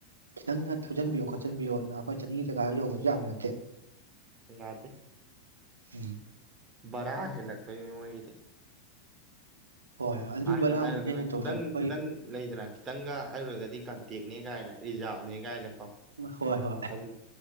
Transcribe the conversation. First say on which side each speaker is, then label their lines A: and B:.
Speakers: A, on the right; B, on the right.
A: ꯈꯤꯇꯪꯗ ꯊꯧꯖꯤꯟꯕꯤꯌꯣ ꯈꯣꯠꯆꯤꯟꯕꯤꯌꯣ ꯑꯗꯨꯅ ꯑꯩꯈꯣꯏ ꯆꯠꯂꯤꯉ ꯖꯒꯥꯗ ꯌꯧꯕꯁꯨ ꯌꯥꯕ ꯅꯠꯇꯦ
B: ꯗ
A: ꯍꯝ
B: ꯚꯔꯥ ꯍꯦꯜꯂꯛꯇꯣꯏ ꯃꯤ ꯃꯣꯏꯒꯤꯗꯤ
A: ꯍꯣꯏ ꯑꯗꯨ
B: ꯍꯥꯏꯗ
A: ꯕꯔꯥꯗꯨꯅ
B: ꯍꯥꯏꯔꯨꯔꯒꯅ
A: ꯍꯦꯟꯗꯣꯛꯇꯅ
B: ꯈꯤꯇꯪ
A: ꯍꯣꯏ
B: ꯈꯤꯇꯪ ꯂꯩꯗꯅ ꯈꯤꯇꯪꯒ ꯍꯥꯏꯔꯨꯔꯒꯗꯤ ꯀꯟꯇꯦꯛꯅꯦ ꯀꯥꯏꯅ ꯔꯤꯖꯥ ꯆꯅꯤ ꯀꯥꯏꯅꯀꯣ
A: ꯍꯣꯏ
B: ꯑꯗꯨ